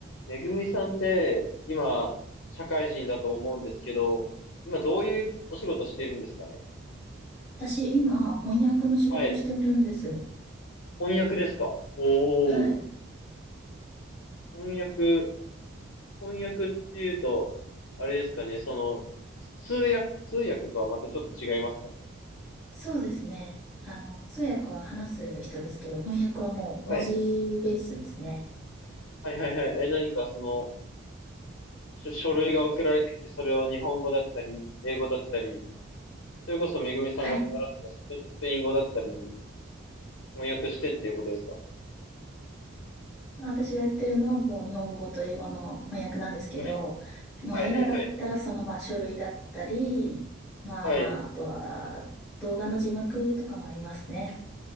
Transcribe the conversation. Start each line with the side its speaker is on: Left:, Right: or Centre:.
Left: めぐみさんって、今、社会人だと思うんですけど、今どういうお仕事しているんですかね
Centre: 私、今、翻訳の仕事をしてるんです。
Left: はい。翻訳ですかおおー。
Centre: はい。
Left: 翻訳、翻訳っていうと、あれですかね、その、通訳、通訳とはまたちょっと違いますか
Centre: そうですね。あの、通訳は話す人ですけど、翻訳はもう文字ベースですね。
Left: はい。はいはいはい。え、何かその、書、書類が送られてきて、それを日本語だったり、英語だったり、それこそめぐみさんが習ってたスペ、
Centre: はい。
Left: スペイン語だったり、翻訳してっていうことですか
Centre: 私がやってるのはもう日本語と英語の翻訳なんですけど、
Left: はい。
Centre: まあ今だったらそのまあ書類だったり、
Left: はいはい
Centre: まああとは動画の字幕とかもありますね。
Left: はい。はい。